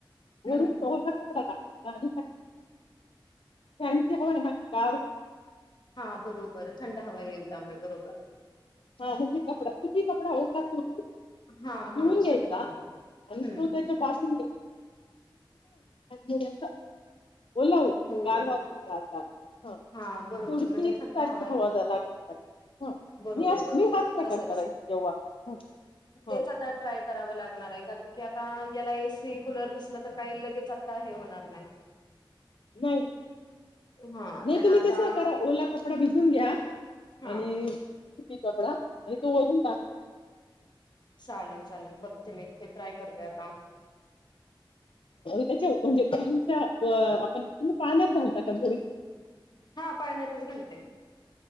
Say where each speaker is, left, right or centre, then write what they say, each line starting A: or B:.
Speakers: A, on the left; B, on the left.
A: हम्म.
B: वरून टॉवेल चा कपडा टाक त्यांचे होय <inaudible>
A: हा बरोबर थंड हवा येईल त्यामुळे बरोबर
B: हा <unintelligible> कपडा ती कपडा ओला करून
A: हा
B: पिळून
A: हा
B: घ्यायचा
A: सुती कापड
B: आणि
A: हं
B: तो त्याच्या बासून घ्याय <unintelligible> ओला होईल
A: हो
B: गार गार गार गार हा
A: हां बरोबर
B: थोडीशी
A: म्हणजे
B: सारखी
A: थंड येईल
B: हवा जा लागे त्यागेल त्याला हा
A: बरोबर
B: मी अशी मी हाच प्रकार
A: तसंच
B: करायची तेव्हा हा हा
A: तेच आता ट्राय कराव लागणार आहे. कारण की आता याला एसी कुलर बसवल तर काही लगेच आता हे होणार नाही
B: नाही नाही
A: हां
B: नाही
A: त्याला
B: तुम्ही
A: आता
B: तस करा ओला कप <unintelligible> भिझून घ्या.
A: हां
B: आणि सुती कपडा आणि तो वरून टाक
A: चालेल चालेल बघते मी ते ट्राय करते आता
B: त्याच्या म्हणजे त्यां आपण त पाळण्यात घालता का झोळीत
A: हा पाळण्यातच घालते